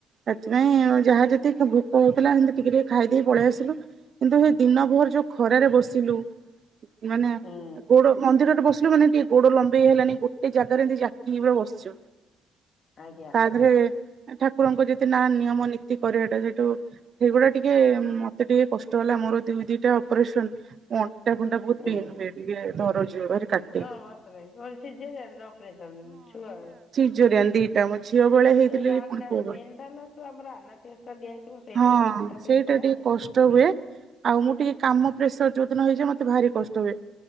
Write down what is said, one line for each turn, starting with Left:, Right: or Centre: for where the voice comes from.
Right: ସେଥିପାଇଁ ଯାହା ଯେତିକି ଭୋକ ହଉଥିଲା ସେମିତି ଟିକେ ଟିକେ ଖାଇଦେଇ ପଳେଇ ଆସିଲୁ। କିନ୍ତୁ ଦିନ ଭୋର ଯୋଉ ଖରାରେ ବସିଲୁ ମାନେ
Left: ହୁଁ
Right: ଗୋଡ ମନ୍ଦିର ବସିଲୁ ମାନେ ଟିକେ ଗୋଡ ଲମ୍ବେଇ ହେଲାନି ଗୋଟେ ଜାଗାରେ ଏମତି ଜାକିକି ପୁରା ବସିଛୁ।
Left: ଆଜ୍ଞା
Right: ତା ଦେହରେ ଠାକୁରଙ୍କ ଯେତେ ନା ନିୟମ ନୀତି କରିବାଟା ସେଇଠୁ ସେଗୁଡା ଟିକେ ମତେ ଟିକେ କଷ୍ଟ ହେଲା ମୋର ଦୁଇ ଦିଟା ଅପରେସନ ଅଣ୍ଟା ଫଣ୍ଟା ବହୁତ
Left: ଆଜ୍ଞା
Right: ପେନ୍ ହୁଏ ଟିକେ ଦରଜ ହୁଏ କାଟେ।
Left: ହଁ ବାପରେ ନ ସିଯେରିନ ନା ଅପରେସନ୍ ଛୁଆ
Right: ସିଜରିଆନ୍ ଦିଟା ଝିଅ ବଳେଆ ହେଇଥିଲି
Left: ସେଇ ରାନା
Right: ପୁଣି ପୁଅବେଳେ
Left: ମେଣ୍ଡାଲ ଯୋଉ ଆମର ଆନାଥିଓସ୍ଟା ଦିଆହେଇଥିବ ସେଇଟା
Right: ହଁ
Left: ହିଁ ଅଣ୍ଟା ପେନ୍
Right: ସେଇଟା
Left: କରାଏ
Right: ଟିକେ
Left: ଆଉ।
Right: କଷ୍ଟ ହୁଏ ଆଉ ମୁଁ ଟିକେ କାମ ପ୍ରେସର ଯୋଉ ଦିନ ହେଇଯାଏ ମତେ ଭାରି କଷ୍ଟ ହୁଏ।